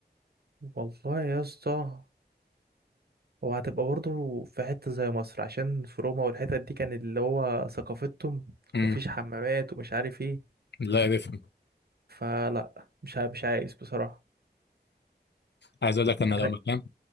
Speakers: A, on the right; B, on the left.
A: والله يا اسطى وهتبقى برضو في حتة زي مصر عشان في روما والحتت دي كان اللي هو ثقافتهم
B: امم
A: مفيش حمامات ومش عارف ايه
B: لا اعرفها
A: فلا مش ع- مش عايز بصراحة
B: عايز اقول لك انا لو
A: انا
B: مكان